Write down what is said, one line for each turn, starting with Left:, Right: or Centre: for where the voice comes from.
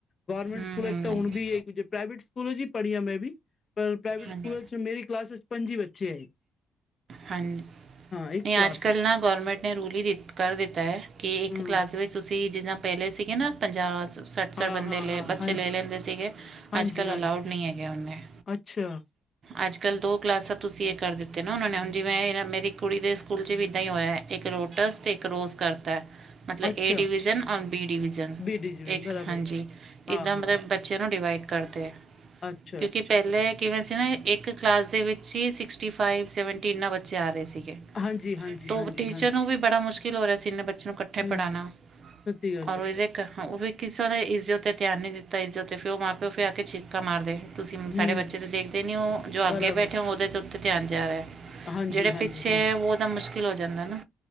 Left: ਗੋਰਮੈਂਟ
Right: ਹੂੰ
Left: ਸਕੂਲ
Right: ਹੂੰ
Left: ਚ ਤੇ
Right: ਨਹੀਂ
Left: ਹੁਨ ਵੀ ਏਈ ਕੁਜ ਏ, ਪ੍ਰਾਈਵੇਟ ਸਕੂਲ ਚ ਪੜੀ ਆਂ ਮੈਂ ਵੀ ਪਰ ਪ੍ਰਾਈਵੇਟ
Right: ਹਾਂਜੀ
Left: ਸਕੂਲ ਚ ਮੇਰੀ ਕਲਾਸ ਏਚ ਪੰਜੀ ਬੱਚੇ ਐ।
Right: ਹਾਂਜੀ,
Left: ਇੱਕ
Right: ਨੀ ਆੱਜ-ਕਾੱਲ
Left: ਕਲਾਸ ਵਿੱਚ
Right: ਨਾ ਗੋਰਮੈਂਟ ਨੇ ਰੂਲ ਈ ਕਰ ਦਿੱਤਾ ਏ, ਕਿ ਏਕ
Left: ਹੂੰ
Right: ਕਲਾਸ ਵਿੱਚ ਤੂਸੀ ਜਿੱਦਾਂ ਪੈਲੇ ਸੀਗੇ ਨਾ ਪੰਜਾਹ ਸ ਸੱਠ ਸਾੱਠ
Left: ਹਾਂ
Right: ਬੰਦੇ
Left: ਹਾਂ
Right: ਲੇ
Left: ਹਾਂ
Right: ਬੱਚੇ
Left: ਹਾਂਜੀ
Right: ਲੇ ਲੈਂਦੇ ਸੀਗੇ,
Left: ਹਾਂਜੀ
Right: ਆੱਜ-ਕਾੱਲ
Left: ਹਾਂਜੀ
Right: ਅਲਾਊਡ ਨਈ ਹੈਗੇ ਓਨੇ।
Left: ਅੱਛਾ।
Right: ਆੱਜ-ਕਾੱਲ ਦੋ ਕਲਾਸਾਂ ਤੂਸੀ ਏ ਕਰ ਦਿੱਤੇ ਨਾ ਓਨਾਂ ਨੇ ਹੁਨ, ਜਿਵੇਂ ਏ ਮੇਰੀ ਕੁੜੀ ਦੇ ਸਕੂਲ ਚ ਵੀ ਇਦਾਂ ਈ ਹੋਏਆ ਐ। ਇੱਕ ਲੋਟਸ, ਤੇ ਇੱਕ ਰੋਜ਼ ਕਾਰ ਤੈ। ਮਤਲਬ
Left: ਅੱਛਾ
Right: ਏ division on B division
Left: B ਡੀ ਜੀ
Right: ਇਕ
Left: ਬਰਾਬਰ
Right: ਹਾਂਜੀ,
Left: ਹਾਂ
Right: ਇਦਾਂ
Left: ਹਾਂ
Right: ਮਤਲਬ ਬੱਚੇਆ ਨੂੰ ਡਿਵਾਈਡ ਕਰਤੈ,
Left: ਅੱਛਾ
Right: ਕਿਉਂਕਿ
Left: ਅੱਛਾ
Right: ਪਹਿਲੇ
Left: ਅੱਛਾ
Right: ਕਿਵੇਂ ਸੀ ਨਾ, ਇਕ ਕਲਾਸ ਦੇ ਵਿਚ ਹੀ ਸਿਕਸਟੀ ਫਾਈਵ, ਸੈਵਨਟੀ ਇਨਾਂ ਬੱਚੇ ਆ ਰਹੇ ਸੀਗੇ।
Left: ਹਾਂਜੀ, ਹਾਂਜੀ।
Right: ਤੋ
Left: ਹਾਂਜੀ
Right: ਟੀਚਰ
Left: ਹਾਂਜੀ
Right: ਨੂੰ ਵੀ ਬੜਾ ਮੁਸ਼ਕਿਲ ਹੋ ਰਿਆ ਸੀ, ਇੰਨੇ ਬੱਚੇ ਨੂੰ ਇਕੱਠੇ
Left: ਹੂੰ
Right: ਪੜਾਨਾ।
Left: ਸੱਚੀ ਗੱਲ
Right: ਔਂਵੇ ਵੇਖ ਓ ਵੀ ਕਿਸੇ ਨੇ ਈਜ਼ਤ ਤੇ ਧੇਆਨ ਨੀ ਦਿੱਤਾ, ਈਜ਼ਤ ਤੇ ਫੇਓ ਮਾਂ ਪੇਓ ਫੇ ਆ ਕੇ ਚ <unintelligible> ਕਮਾ ਦੇ, ਤੂਸੀ
Left: ਹੂੰ,
Right: ਸਾਡੇ ਬੱਚੇ ਨੂੰ ਦੇਖਦੇ ਨੀ ੳ ਜੋ
Left: ਬਰਾਬਰ
Right: ਅਗੇ ਬੈਠਾ ਓਹਦੇ ਦੇ ਉਤੇ ਧਿਆਨ ਜਾ ਰਿਹਾ।
Left: ਹਾਂਜੀ-ਹਾਂਜੀ,
Right: ਜਿਹੜੇ ਪਿੱਛੇ
Left: ਹਾਂ,
Right: ਏ, ਓਦਾ ਮੁਸ਼ਕਿਲ ਹੋ ਜਾਂਦਾ ਨਾ।